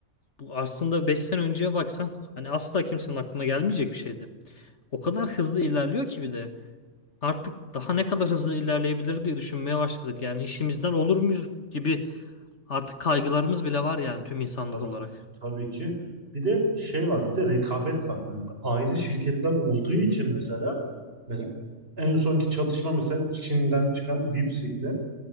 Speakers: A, on the left (about 55°); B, on the right (about 45°).
A: Bu aslında 5 sene önceye baksan hani asla kimsenin aklına gelmeyecek bir şeydi. O kadar hızlı ilerliyor ki bir de. Artık daha ne kadar hızlı ilerleyebilir diye düşünmeye başladık. Yani işimizden olur muyuz gibi artık kaygılarımız bile var yani tüm insanlık
B: Tabii
A: olarak.
B: ki. Tabii ki. Bir de şey var, bir de rekabet var. Böyle ayrı şirketler olduğu için mesela mesela en sonki çatışma mesela Çin'den çıkan DeepSeek'le